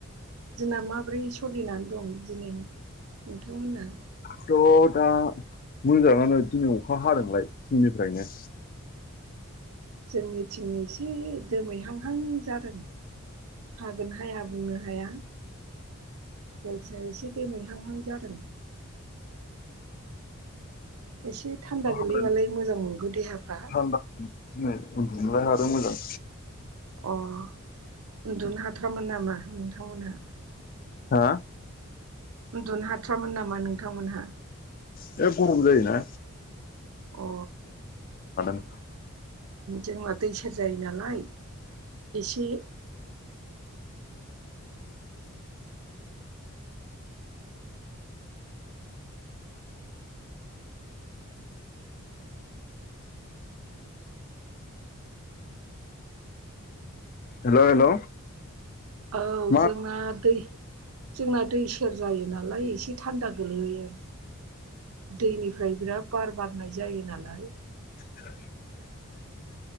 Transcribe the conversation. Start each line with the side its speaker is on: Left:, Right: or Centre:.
Right: दिना माब्रै सोलिनानै दं? दिनै नोंथांमोना?
Left: थ' दा मोजाङानो दिनै अखा हादोंलाय फुंनिफ्रायनो
Right: जोंनिथिं एसे दोमैहांहां जादों। हागोनहाय बुंनो हाया जायखिाया एसे दोमैहांहां जादों। एसे थान्दा
Left: अखा
Right: गोगलैबालाय
Left: हादों
Right: मोजां मोनगौ देहाफ्रा।
Left: थान्दा दिनै उन्दुनोलाय आरो आरो मोजां।
Right: अ' उन्दुनो हाथारामोन नामा नोंथांमोनहा?
Left: हा।
Right: उन्दुनो हाथारामोन नामा नोंथांमोनहा?
Left: बे गरम जायोना
Right: अ
Left: <unintelligible>
Right: जोंना दै सेर जायो नालाय एसे <inaudible>
Left: हेल' हेल'
Right: औ
Left: मा
Right: जोंना दै जोंना दै सेर जायो नालायसे एसे एसे थान्दा गोलैयो दैनिफ्राय बिराद बार बारनाय जायो नालाय।
Left: <unintelligible>